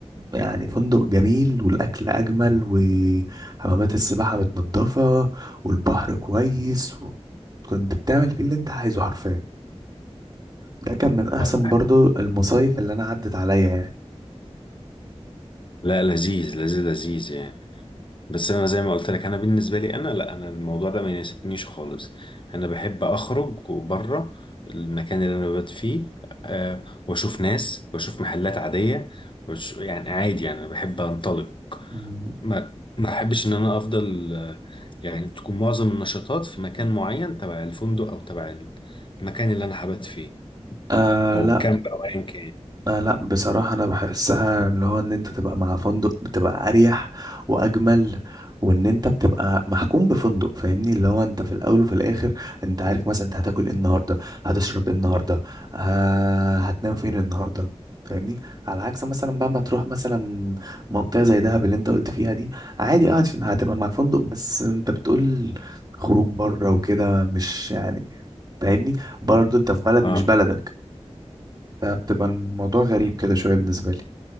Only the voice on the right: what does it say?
يعني فندق جميل والاكل اجمل وحمامات السباحه متنضفه والبحر كويس و... كنت بتعمل فيه اللي انت عايزه حرفيا ده كان من احسن
برضو المصايف اللي انا عدت عليا يعني
مم.
آه
لا
آه لا بصراحة أنا بحسها اللي هو إن أنت تبقى مع فندق بتبقى أريح وأجمل وإن أنت بتبقى محكوم بفندق فاهمني اللي هو أنت في الأول وفي الآخر أنت عارف مثلا أنت هتاكل إيه النهاردة هتشرب إيه النهاردة آه هتنام فين النهاردة فاهمني على عكس مثلا بقى ما تروح مثلا منطقة زي دهب اللي أنت قلت فيها دي عادي أه هت- هتبقى مع الفندق بس أنت بتقول خروج بره وكده مش يعني فاهمني برضه أنت في بلد
مش بلدك فبتبقى الموضوع غريب كده شويه بالنسبه لي